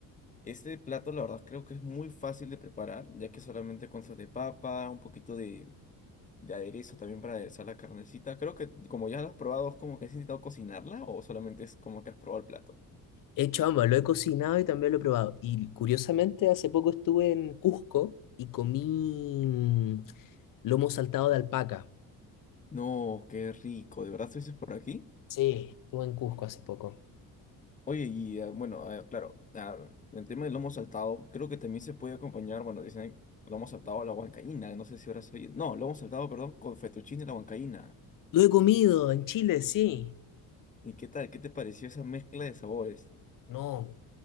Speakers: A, on the left; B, on the left.
A: este plato la verdad creo que es muy fácil de preparar, ya que solamente consiste de papa, un poquito de de aderezo también para aderezar la carnecita. Creo que como ya lo has probado, ¿es como que has intentado cocinarla o solamente es como que has probado el plato?
B: He hecho ambas, lo he cocinado y también lo he probado. Y curiosamente, hace poco estuve en Cusco y comí mm, lomo saltado de alpaca.
A: No, qué rico, ¿de verdad estuviste por aquí?
B: Sí, estuve en Cusco hace poco.
A: Oye, y eh, bueno, eh, claro, ah, el tema del lomo saltado, creo que también se puede acompañar, bueno, dicen lomo saltado a la huancaína, no sé si habrás oído. No, lomo saltado, perdón, con fettuccine a la huancaína.
B: Lo he comido en Chile, sí.
A: ¿Y qué tal? ¿Qué te pareció esa mezcla de sabores?
B: No,